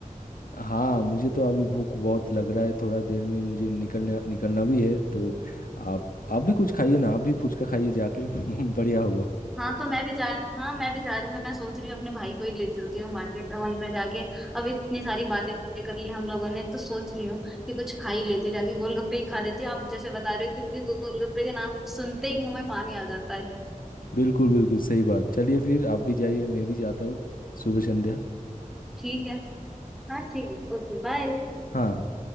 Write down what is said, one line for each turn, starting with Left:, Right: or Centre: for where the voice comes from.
Left: हाँ मुझे तो अभी भूख बहुत लग रहा है थोड़ा देर में ही मुझे निकलना निकलना भी है तो आप आप भी कुछ खाइए
Centre: हम्म।
Left: ना आप भी फुचका खाइए जाके <laughs> बढ़िया होगा
Centre: हाँ तो मैं भी जा हाँ मैं भी जा रही हूँ मैं सोच रही हूँ अपने भाई को ही ले चलती हूँ मार्केट वहीं पर जाके अब इतनी सारी बातें कर ली हम लोगों ने तो सोच रही हूँ कि कुछ खा ही लेती हूँ जाके गोलगप्पे ही खा लेती हूँ आप जैसे बता रहे हो क्योंकि गोलगप्पे के नाम सुनते ही मुंह में पानी आ जाता है
Left: बिल्कुल बिल्कुल सही बात चलिए फिर आप भी जाइए मैं भी जाता हूँ शुभ संध्या
Centre: ठीक है हाँ ठीक है ओके बाय
Left: हाँ